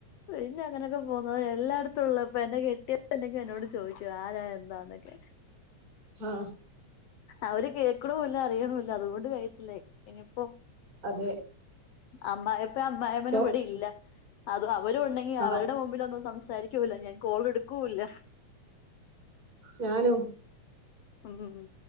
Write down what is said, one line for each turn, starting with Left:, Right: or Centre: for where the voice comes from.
Left: പിന്നെ അങ്ങനൊക്കെ പോവുന്നത് എല്ലാടത്തുള്ളപ്പ എന്റെ കെട്ടിയോൻ ണ്ടെകി എന്നോട് ചോദിക്കും ആരാ എന്താ ന്നൊക്കെ.
Right: ആ
Left: അവര് കേക്ക്ണ്ണൂല്ലാ അറിയ്ണ്ണൂല്ല അതുകൊണ്ട് കഴിച്ചിലായി ഇനിയിപ്പോ
Right: അതെ
Left: അമ്മായപ്പ അമ്മായമ്മനും
Right: സോ
Left: ഇവിടെ ഇല്ല അതും അവരൂണ്ടെങ്കിൽ
Right: ആഹ്
Left: അവരുടെ മുമ്പിലൊന്നും സം സരിക്കൂല ഞാൻ കോൾ ഇടുക്കൂലാ.
Right: ഞാനും
Left: ഉം